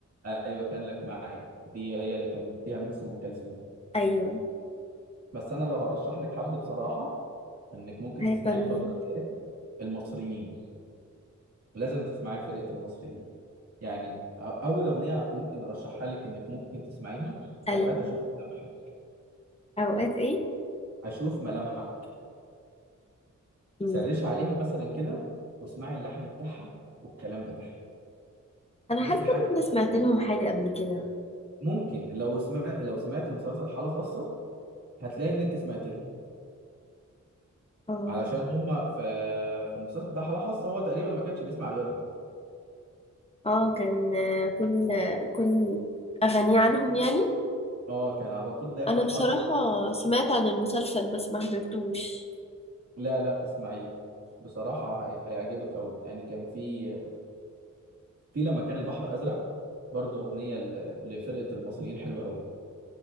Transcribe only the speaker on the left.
ايوه
هيبقى
مين
ايوه
اوقات ايه
مم.
انا
حاسه
ان انا سمعت لهم حاجه قبل كده
اه
اه كان آه، كل آه، كل اغاني عنهم يعني
انا
بصراحه سمعت عن المسلسل بس ما حضرتوش